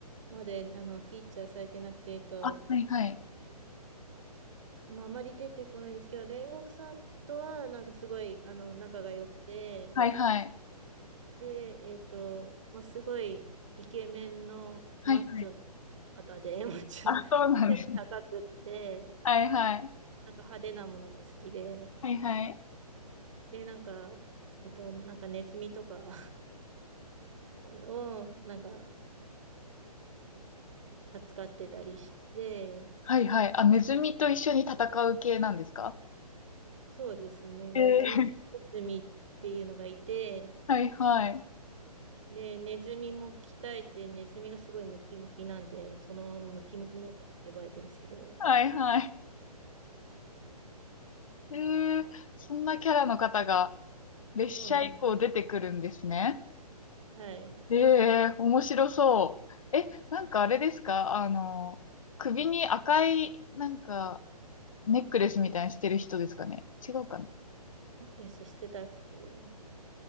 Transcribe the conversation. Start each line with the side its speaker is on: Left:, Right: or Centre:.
Right: まであのフィーチャーされてなくて、えっと、
Left: あ、はい、はい、
Right: まあ、あまり出てこないんですけど、煉獄さんとはなんかすごいあの仲が良くて、
Left: はい、はい、
Right: で、えっと、まあ、すごいイケメンのマッチョの
Left: はい、はい。
Right: 方で、<laughs> マッチョ、
Left: あ、そうなんです。
Right: でも高くって、
Left: はい、はい、
Right: なんか派手なものが好きで、
Left: はい、はい。
Right: で、なんか、えっと、なんかネズミとか <laughs> をなんか扱ってたりして、
Left: はい、はい。あ、ネズミと一緒に戦う系なんですか
Right: そうですね。ムキムキネズミっていうのがいて、
Left: えー、はい、はい、
Right: で、ネズミも鍛えて、ネズミがすごいムキムキなんで、そのままムキムキネズミって呼ばれてるんですけど、
Left: はい、はい。えー、そんなキャラの方が列車以降出てくるんですね。
Right: そうなんですよ。はい。
Left: ええ面白そう。え、なんかあれですかあの、首に赤い、なんか、ネックレスみたいにしてる人ですかね違うかな
Right: ネックレスしてたっけ